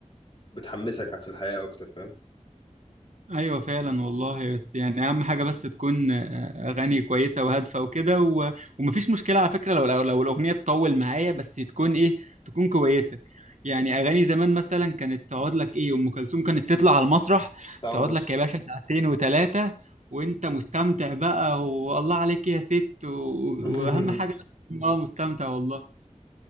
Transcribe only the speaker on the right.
ايوه فعلا والله بس يعني اهم حاجه بس تكون آه، اغاني كويسه وهادفه وكده و... ومفيش مشكله على فكره لو لو, لو الاغنيه تطول معايا بس تكون ايه تكون كويسه يعني اغاني زمان مثلا كانت تقعد لك ايه ام كلثوم كانت تطلع على المسرح
تقعد
لك يا باشا ساعتين وثلاثه وانت مستمتع بقى والله عليك يا ست و... و-
واهم حاجه بس تكون اه مستمتع والله